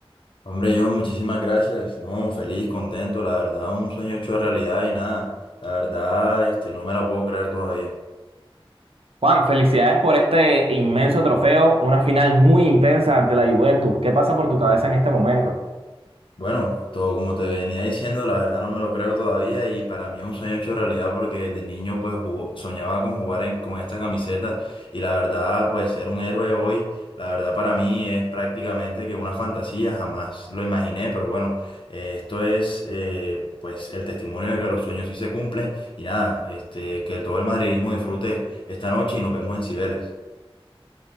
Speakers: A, on the left; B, on the right.
A: Hombre, yo muchísimas gracias. No, feliz, contento, la verdad, un sueño hecho realidad y nada. La verdad, este, no me la puedo creer todavía.
B: Juan, felicidades por este inmenso trofeo, una final muy intensa ante la Juventus. ¿Qué pasa por tu cabeza en este momento?
A: Bueno, todo como te venía diciendo, la verdad no me lo creo todavía y para mí es un sueño hecho realidad porque desde niño pues jugó- soñaba con jugar en, con esta camiseta y la verdad pues ser un héroe hoy, la verdad para mí es prácticamente que una fantasía, jamás lo imaginé, pero bueno, eh, esto es eh, pues el testimonio de que los sueños sí se cumplen y nada, este, que todo el madridismo disfrute esta noche y nos vemos en Cibeles.